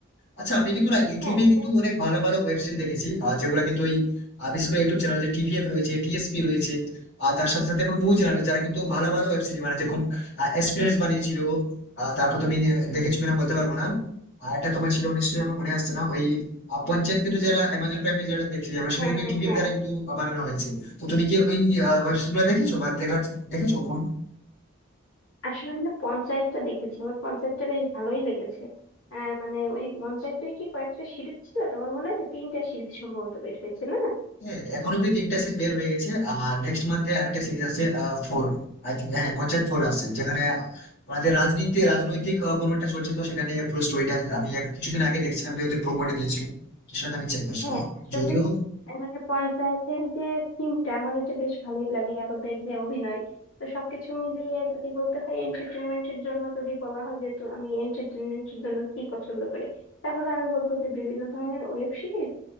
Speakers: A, on the left (about 55°); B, on the left (about 75°).
A: আচ্ছা আমি কিন্তু না ইউটিউবে
B: হ্যাঁ এটা
A: কিন্তু অনেক ভালো ভালো ওয়েব সিরিজ দেখেছি আর যেগুলো কিন্তু ওই আহ, বিশেষ করে ইউটিউব চ্যানেল যে টিভিএফ রয়েছে টিএসপি রয়েছে আর তার সাথে সাথে আমার বহু চ্যানেল রয়েছে যারা কিন্তু ভালো ভালো ওয়েব সিরিজ বানাচ্ছে খুব এক্সপিরিয়েন্স বানিয়েছিল আহ, তারপর তুমি দেখেছো কিনা বলতে পারবো না আর একটা তোমার ছিল নিশ্চয়ই আমার মনে আসছে না ওই আহ, পঞ্চায়েত কিন্তু যারা অ্যামাজন প্রাইমে যারা দেখছি আমরা সেটা
B: হ্যাঁ
A: কিন্তু
B: হ্যাঁ
A: টিভিএফ
B: হ্যাঁ
A: দ্বারা
B: আমি
A: কিন্তু বানানো হয়েছে তো তুমি কি ওই ওয়েব সিরিজ গুলো দেখেছো বা দেখা দেখেছো কখন
B: আসলে আমি না পঞ্চায়েতটা দেখেছি আমার পঞ্চায়েতটা বেশ ভালোই লেগেছে আহ মানে ওই পঞ্চায়েতের কি কয়েকটা সিরিজ ছিল তোমার মনে আছে তিনটা সিরিজ সম্ভবত বের হয়েছে না
A: হ্যাঁ এখন অব্দি তিনটা সিরিজ বের হয়ে গেছে আর নেক্সট মান্থে আরেকটা সিরিজ আছে ফোর আই থিঙ্ক হ্যাঁ পঞ্চায়েত ফোর আসছে যেখানে আমাদের রাজনীতি রাজনৈতিক আহ, কোনো একটা চলছে তো সেখানে পুরো স্টোরিটা আমি এক- কিছুদিন আগে দেখছিলাম যে ওদের প্রোমোটা দিয়েছিল তো সেটা আমি চেক করছিলাম
B: হ্যাঁ আসলে
A: যদিও
B: আহ, মানে পঞ্চায়েতের যে থিমটা আমার এটা বেশ ভালোই লাগে আর ওদের যে অভিনয় তো সবকিছু মিলিয়ে যদি বলতে হয় এন্টারটেনমেন্টের জন্য যদি বলা হয় যে তো আমি এন্টারটেনমেন্টের জন্য কি পছন্দ করি তাহলে আমি বলবো যে বিভিন্ন ধরনের ওয়েব সিরিজ